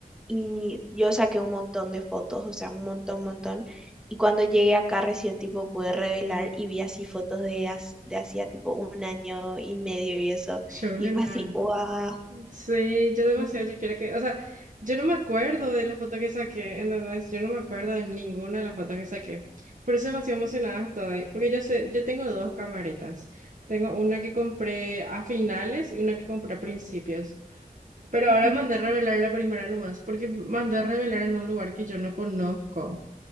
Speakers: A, in the centre; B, on the right (about 55°).
A: y yo saqué un montón de fotos, o sea, un montón, montón. Y cuando llegué acá recién tipo pude revelar y vi así fotos de, as- de hacía tipo un año y medio y eso.
B: Chulina.
A: Y fue así, wow.
B: Sí, yo demasiado
A: <laughs>
B: ya quiero que, o sea, yo no me acuerdo de las fotos que saqué, ¿entendés? Yo no me acuerdo de ninguna de las fotos que saqué. Por eso demasiado emocionada estoy, porque yo sé, yo tengo dos camaritas. Tengo una que compré a finales y una que compré a principios. Pero
A: Ujú,
B: ahora mandé a revelar la primera nomás, porque mandé a revelar en un lugar que yo no conozco.